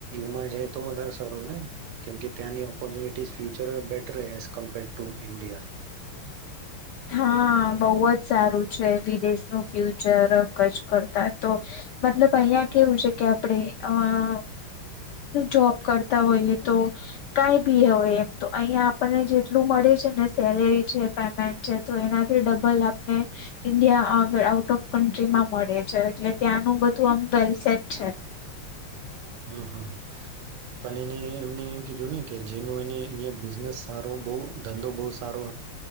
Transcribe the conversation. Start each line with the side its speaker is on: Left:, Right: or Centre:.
Right: માં જે તો વધારે સારું ને, કેમકે ત્યાંની opportunities future better as compared to India.
Left: હા બહ જ સારું વિદેશનું ફ્યુચર ક જ કરતા તો, મતલબ અહિયાં કેવું છે કે આપણે હા. જોબ કરતા હોઈએ તો, કઈ બી હોય એમ તો અહીયાં આપણને જેટલું મળે ને સેલેરી છે પેમેન્ટ છે. તો એનાથી ડબલ આપને, ઇન્ડિયા આઉટ ઓફ કન્ટ્રીમાં મળે છે એટલે ત્યાંનું બ ું આમ વેલસેટ છે.
Right: હમ હમ. પણ એને એમને એમ કીધું ને કે જેનો એ બિઝનેસ સારો બ ધંધો બહ સારો